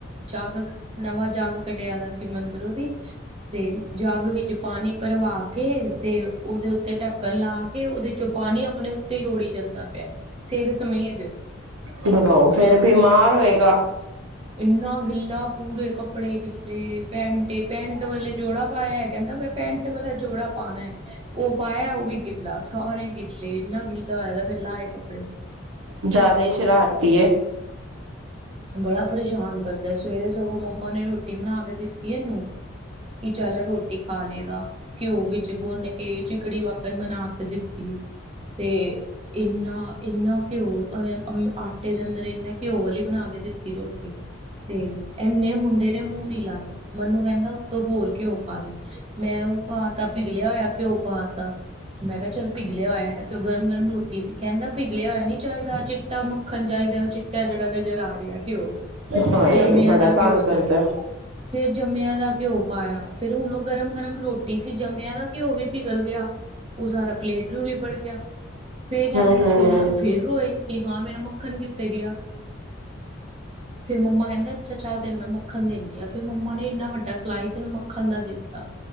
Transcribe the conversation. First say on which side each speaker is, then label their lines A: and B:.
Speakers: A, on the right; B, on the right.
A: ਜਗ ਨਵਾਂ ਜਗ ਕਢਿਆਦਾ ਸੀ ਮੈ ਅਦਿਰੋ ਦੀ ਤੇ ਜਗ ਵਿਚ ਪਾਣੀ ਭਰਵਾ ਕੇ ਤੇ ਉਹਦੇ ਉੱਤੇ ਟੱਕ ਲਾ ਕੇ ਉਹਦੇ ਚੋਂ ਪਾਣੀ ਆਪਣੇ ਉੱਤੇ ਹੀ ਰੋੜੀ ਜਾਂਦਾ ਪਿਆ ਸਿਰ ਸਮੇਤ
B: ਵਦਾਓ ਫੇਰ ਬਿਮਾਰ ਹੋਏਗਾ
A: ਇੰਨਾ ਗਿੱਲਾ ਪੂਰੇ ਕੱਪੜੇ ਗਿੱਲੇ ਪੈਂਟ ਪੈਂਟ ਵੇਲੇ ਜੋੜਾ ਪਾਇਆ ਕਹਿੰਦਾ ਮੈ ਪੈਂਟ ਵਾਲਾ ਜੋੜਾ ਪਾਣਾ ਹੈ ਉਹ ਪਾਇਆ ਉਹ ਵੀ ਗਿੱਲਾ ਸਾਰੇ ਗਿੱਲੇ ਇੰਨਾ ਗਿੱਲਾ ਹੋਇਆਦਾ ਫੇ ਲਾਏ ਕੱਪੜੇ
B: ਜ਼ਿਆਦਾ ਹੀ ਸ਼ਰਾਰਤੀ ਹੈ
A: ਬੜਾ ਪਰੇਸ਼ਾਨ ਕਰਦਾ ਸਵੇਰੇ ਸਗੋਂ ਮੰਮਾ ਨੇ ਰੋਟੀ ਬਣਾ ਕੇ ਦਿੱਤੀ ਇਹਨੂੰ ਕਿ ਚੱਲ ਰੋਟੀ ਖਾ ਲਏਗਾ ਘਿਓ ਵਿੱਚ ਗੁੰਨ ਕੇ ਚਿਕੜੀ ਵਕਣ ਮਨਾ ਕੇ ਦਿੱਤੀ ਤੇ ਇਨਾ ਇੰਨਾ ਘਿਓ ਆਟੇ ਦੇ ਅੰਦਰ ਇੰਨਾ ਘਿਓ ਵਾਲੇ ਬਣਾ ਕੇ ਦਿੱਤੀ ਰੋਟੀ ਤੇ ਇੰਨੇ ਮੁੰਡੇ ਨੇ ਮੂੰਹ ਨੀ ਲਾਏ ਮੈਨੂੰ ਕਹਿੰਦਾਤੋਂ ਹੋਰ ਕਿਉਂ ਪਾ ਦੇ ਮੈਂ ਉਹ ਪਾ ਤਾ ਪਿਘਲਿਆ ਹੋਇਆ ਘਿਓ ਪਾ ਤਾ ਮੈਂ ਕਿਹਾ ਚੱਲ ਪਿਘਲਿਆ ਹੋਇਆ ਤੇ ਗਰਮ ਗਰਮ ਰੋਟੀ ਸੀ ਕਹਿੰਦਾ ਪਿਘਲਿਆ ਹੋਇਆ ਨੀ ਚਾਹੀਦਾ ਚਿੱਟਾ ਦੱਖਣ ਚਾਹੀਦਾ ਉਹ ਚਿੱਟਾ ਜਿਹੜਾ ਨਜ਼ਰ ਆ ਰਿਹਾ ਘਿਓ
B: ਹਾਏ
A: ਜੰਮਿਆਂ
B: ਬੜਾ
A: ਦਾ
B: ਤੰਗ
A: ਘਿਓ
B: ਕਰਦਾ
A: ਚਾਹੀਦਾ ਫੇਰ ਜੰਮਿਆਂ ਦਾ ਘਿਓ ਪਾਇਆ ਫੇਰ ਹੁਣ ਉਹ ਗਰਮ ਗਰਮ ਰੋਟੀ ਟੀ ਸੀ ਜੰਮਿਆ ਦਾ ਕਿਓ ਵੀ ਪਿਘਲ ਗਿਆ ਉਹ ਸਾਰਾ ਪਲੇਟ ਨੂੰ ਲਿਬੜ ਗਿਆ ਫੇਰ ਕਹਿੰਦਾ
B: ਹੂੰ ਹੂੰ
A: ਫਿਰ ਫੇਰ ਰੋਏ ਕਿ ਹਾਂ ਮੇਰਾ ਮੱਖਣ ਕਿੱਤੇ ਗਿਆ ਫੇਰ ਮੰਮਾ ਕਹਿੰਦੇ ਅੱਛਾ ਚੱਲ ਤੈਨੂੰ ਮੈਂ ਮੱਖਣ ਦਿੰਦੀ ਹ ਫੇਰ ਮੰਮਾ ਨੇ ਇੰਨਾ ਵੱਡਾ ਸਿਈ ਸੀ ਇਹਨੂੰ ਮੱਖਣ ਦਾ ਦਿੱਤਾ